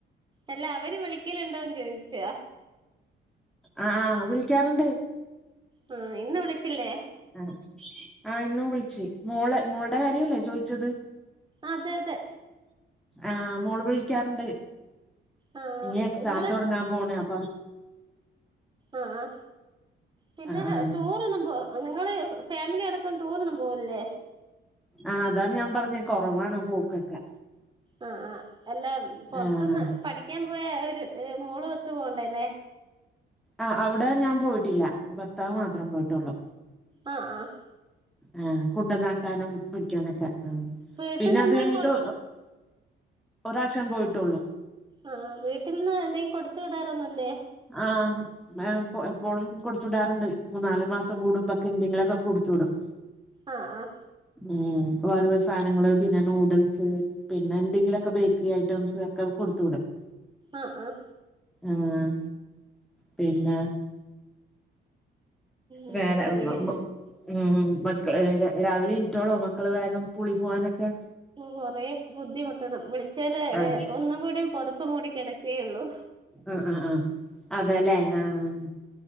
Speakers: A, on the right; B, in the centre.
A: അല്ല അവര് വിളിക്കലുണ്ടോന്ന് ചോദിച്ചാ
B: ആ ആ് വിളിക്കാറുണ്ട്.
A: ഉം ഇന്ന് വിളിച്ചില്ലേ
B: ആ ആ ഇന്നും വിളിച്ച് മോൾ മോളുടെ കാര്യല്ലേ ചോദിച്ചത്
A: അതെ അതെ
B: ആഹ് മോള് വിളിക്കാറുണ്ട്
A: ആ
B: ഇനി എക്സാം
A: ഇങ്ങള്
B: തുടങ്ങാൻ പോണ് അപ്പ്
A: ആഹ് ആഹ് പിന്നെ
B: ആഹ് ആഹ്
A: ടൂറൊന്നും പോ നിങ്ങള് ഫാമിലി അടക്കം ടൂറൊന്നും പോവേല്ലേ?
B: ആഹ അതാണ് ഞാൻ പറഞ്ഞത് കുറവാണ് പോക്കൊക്കെ.
A: ആ ആ അല്ല പുറത്തുന്ന്
B: ആഹ്
A: പഠിക്കാൻ പോയ ഒരു മോള് ഒത്തു പോകണ്ടെ ല്ലേ
B: ആ അവിടെ ഞാൻ പോയിട്ടില്ല ഭർത്താവ് മാത്രം പോയിട്ടുള്ളൂ.
A: ആഹ് ആഹ്
B: ആഹ കുണ്ടന്നാക്കാനും പിടിക്കാനൊക്കെ ആ
A: വീട്ടിന്ന്
B: പിന്നെ അത്
A: എന്തേ
B: കഴിഞ്ഞിട്ട്
A: കൊ
B: ഒരു പ്രാവശ്യം പോയിട്ടുള്ളൂ
A: ആഹ് വീട്ടിൽന്ന് എന്തെങ്കിലും കൊടുത്ത് വിടാറൊന്നുംല്ലേ
B: ആഹ് മ്മ ഞാ പോ എപ്പോഴും കൊടുത്തു വിടാറുണ്ട് മൂന്നാല് മാസം കൂടുമ്പോക്കെ എന്തെങ്കിലുക്കെ കൊടുത്തു വിടും
A: ആഹ് ആഹ്
B: ഏഹ് വറ് വ് സാനങ്ങള് പിന്നെ നൂഡിൽസ് പിന്നെ എന്തെങ്കിലുക്കെ ബേക്കറി ഐറ്റംസ് ഒക്കെ കൊടുത്തു വിടും
A: ആഹ് ആഹ്
B: ആഹ് പിന്നെ,
A: എന്താ
B: വേനെ
A: പറയാ
B: <unintelligible> ഉം മക്കള് രാവിലെ ഇൻട്ടോളോ മക്കള് വേഗം സ്കൂളിൽ പോവാനൊക്കെ
A: കൊറെേ ബുദ്ധിമുട്ടണം. വിളിച്ചാല്
B: ആഹ്
A: എ ഒന്നും കൂടിയും പൊതപ്പ്‌ മൂടി കിടക്കയേയുള്ളൂ.
B: ആഹ് ആഹ് ആഹ് അതേല്ലേ ആഹ്